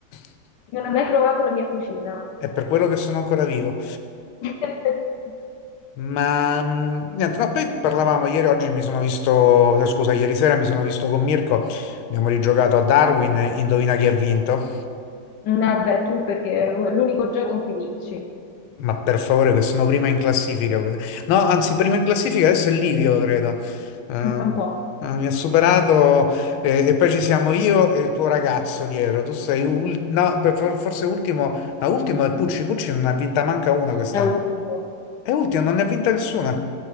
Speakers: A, on the left; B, on the left.
A: <laughs>
B: Non hai mai provato la mia cucina.
A: È per quello che sono ancora vivo.
B: <laughs>
A: Ma mh, niente, no, poi parlavamo ieri, oggi mi sono visto, no, scusa, ieri sera mi sono visto con Mirko, abbiamo rigiocato a Darwin, indovina chi ha vinto?
B: Vabbè, tu perché è l'unico gioco in cui vinci. Eh,
A: Ma per favore, che sono prima in classifica. No, anzi, prima in classifica adesso è Livio, credo. Eh,
B: Pensa un po'.
A: eh, mi ha superato eh, e poi ci siamo io e il tuo ragazzo dietro. Tu sei ul- no, per- for- forse ultimo, ma ultimo è Pucci. Pucci non ne ha vinta manca una quest'anno.
B: È ultimo.
A: È ultimo, non ne ha vinta nessuna.